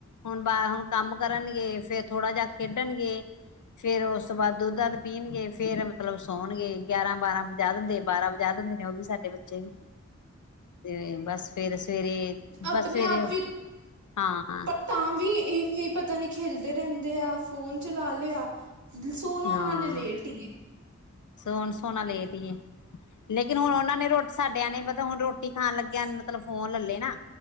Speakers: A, on the left (about 80°); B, on the right (about 75°).
A: ਹੁਣ ਬਾ ਹੁਣ ਕੰਮ ਕਰਨਗੇ ਫਿਰ ਥੋੜਾ ਜੇਹਾ ਖੇਡਣਗੇ ਫਿਰ ਉਸ ਤੋਂ ਬਾਦ ਦੁੱਧ ਦਧ ਪੀਣਗੇ ਫੇਰ ਮਤਲਬ ਸੌਣਗੇ ਗਿਆਰਾਂ ਬਾਰਾਂ ਵਜਾ ਦਿੰਦੇ ਬਾਰਾਂ ਵਜਾ ਦਿੰਦੇ ਨੇ ਓ ਵੀ ਸਾਡੇ ਬੱਚੇ ਵੀ ਤੇ ਬਸ ਫਿਰ ਸਵੇਰ-ਸਵੇਰੇ
B: ਆਪਣੇ
A: ਬਸ ਸਵੇਰੇ
B: ਆਪ ਵੀ
A: ਹਾਂ-ਹਾਂ।
B: ਤਾਂ ਵੀ ਏ ਏ ਪਤਾ ਨੀ ਖੇਲਦੇ ਰੈਂਦੇ ਆ ਫੋਨ ਚਲਾ ਲਿਆ। ਦ ਸੋਨਾ
A: ਹਾਂ
B: ਉਨਾ ਨੇ ਲੇਟ ਈ ਏ।
A: ਸੋਣ ਸੋਨਾ ਲੇਟ ਈ ਏ ਲੇਕਿਨ ਹੁਣ ਉਨਾਂ ਨੇ ਰੋ ਸਾਡਿਆਂ ਨੇ ਪਤਾ ਹੁਣ ਰੋਟੀ ਖਾਣ ਲੱਗਿਆ ਨ ਮਤਲਬ ਫੋਨ ਲੱ ਲੇ ਨਾ